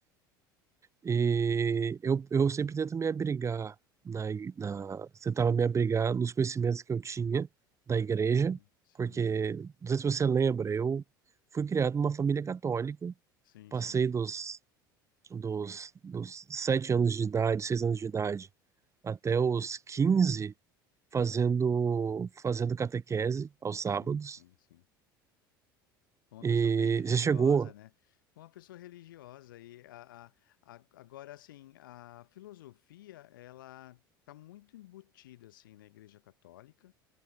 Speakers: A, on the right (about 25°); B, on the left (about 65°).
A: E eu, eu sempre tento me abrigar na, na, tentava me abrigar nos conhecimentos que eu tinha da igreja,
B: sim, sim,
A: porque, não sei se você lembra, eu fui criado numa família católica
B: sim,
A: passei
B: sim,
A: dos, dos, dos 7 anos de idade, 6 anos de idade, até os 15 fazendo,
B: tá.
A: fazendo catequese aos sábados.
B: Sim, sim, sim. Foi uma
A: E
B: pessoa bem religiosa,
A: já chegou,
B: né? Foi uma pessoa religiosa e a, a- a- agora assim, a filosofia, ela está muito embutida assim na Igreja Católica.